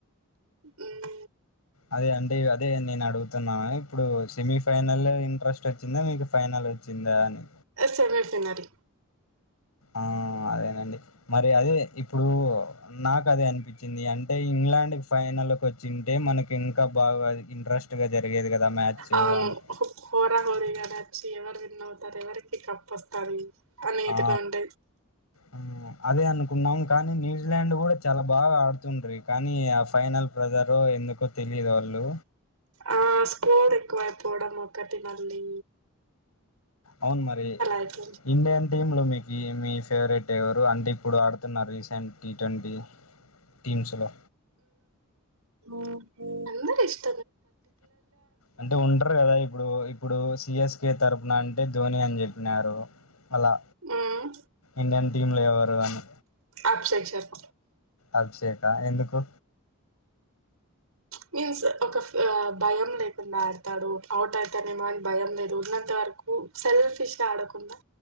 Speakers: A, on the right; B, on the left.
A: ఉమ్
B: అదే అండి అదే నేను అడుగుతున్నా ఇప్పుడు సెమీ ఫైనల్ ఇంట్రెస్ట్ వచ్చిందా మీకు ఫైనల్ వచ్చిందా అని
A: అ సేమి ఫైనల్
B: ఆ అదేనండి మరి అది ఇప్పుడు నాకు అదే అనిపించింది అంటే ఇంగ్లాండ్ ఫైనల్కి వచ్చింటే మనకి ఇంకా బాగా ఇంట్రెస్ట్ గా జరిగేది కదా మ్యాచ్
A: ఆ
B: అని
A: హోరా హోరిగా నచ్చి ఎవ ఎన్నవుతారు ఎవరికి కప్పొస్తారు అనేదిలు
B: ఆ
A: ఉంట
B: ఆ, అదే అనుకున్నాం కానీ ఇంగ్లాండ్ కూడా చాలా బాగా ఆడుతుండ్రి కానీ ఆ ఫైనల్ ప్రజారొ ఎందుకో తెలియదు వాళ్ళు
A: ఆ స్కోర్ ఎక్కువ అయిపోవడం ఒకటి మళ్లి
B: అవున్ మరి
A: అయిపోయింది
B: ఇంన్ టీమ్లు మీకు మీ ఫేవరెట్ ఎవరు అంటే ఇప్పుడు ఆడుతున్నారు రీసెంట్ టీ ట్వంటీ టీమ్స్ లో
A: ఉమ్ అ అందరి ఇష్ట
B: అంటే ఉంటరు కదా ఇప్పుడు ఇప్పుడు సిఎస్కే తరపుున అంటే ధోని అని చెప్పి నారు అలా
A: మ్మ్.
B: ఇండియన్ టీంలు ఎవరు అని
A: అభిషేక్ శర్మ
B: అభిషేకా ఎందుకు
A: మీన్స్ ఒక భయం లేకుండా ఆడతాడు అవుట్ అవుతానేమో అని భయం లేదు ఉన్నంత వరకు సెల్ఫిష్ ఆడకుండా